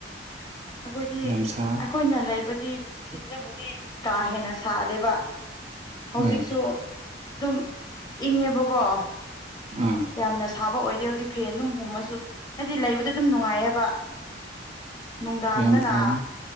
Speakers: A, on the left (about 25°); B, on the right (about 35°).
A: ꯑꯩꯈꯣꯏꯗꯤ
B: ꯌꯥꯝ ꯁꯥꯏ
A: ꯑꯩꯈꯣꯏꯅ ꯂꯩꯕꯗꯤ ꯅꯨꯡꯊꯤꯟꯗꯕꯨꯗꯤ ꯀꯥ ꯍꯦꯟꯅ ꯁꯥꯗꯦꯕ ꯍꯧꯖꯤꯛꯁꯨ
B: ꯍꯣꯏ
A: ꯑꯗꯨꯝ ꯏꯪꯉꯦꯕꯀꯣ
B: ꯑꯥ
A: ꯌꯥꯝꯅ ꯁꯥꯕ ꯑꯣꯏꯗꯦ ꯍꯧꯖꯤꯛ ꯐꯦꯟ ꯑꯗꯨꯝ ꯍꯨꯝꯃꯁꯨ ꯍꯥꯏꯗꯤ ꯂꯩꯕꯗ ꯑꯗꯨꯝ ꯅꯨꯡꯉꯥꯏꯌꯦꯕ ꯅꯨꯡꯗꯥꯡꯗꯅ
B: ꯌꯥꯝ ꯐꯩ